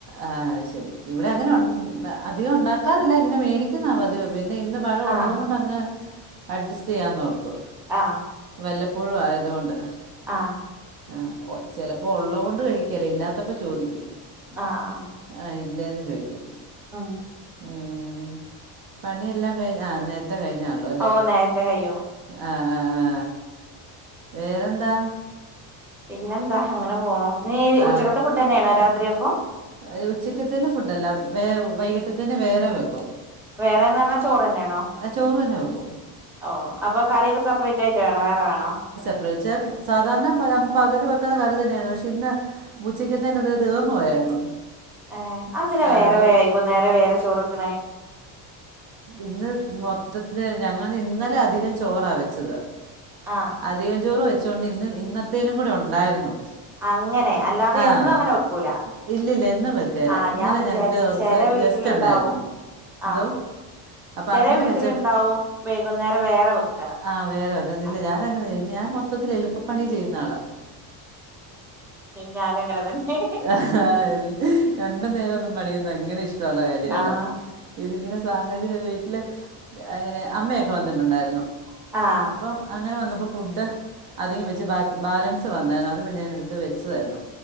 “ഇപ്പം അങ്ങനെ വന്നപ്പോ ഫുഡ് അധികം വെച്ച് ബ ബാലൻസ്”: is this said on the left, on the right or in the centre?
Right